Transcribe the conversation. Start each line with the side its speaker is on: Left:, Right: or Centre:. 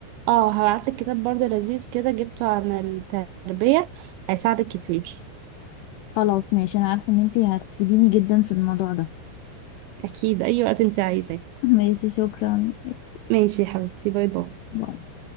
Right: اه هبعتلك كتاب برضه لذيذ كده جبته عن التربية هيساعدك كتير
Left: خلاص ماشي انا عارفه ان انتي هتفيديني جدا في الموضوع ده
Right: أكيد أي وقت انتي عايزاه
Left: <laughs> ماشي شكرا ماشي شكراً.
Right: ماشي يا حبيبتي باي باي
Left: باي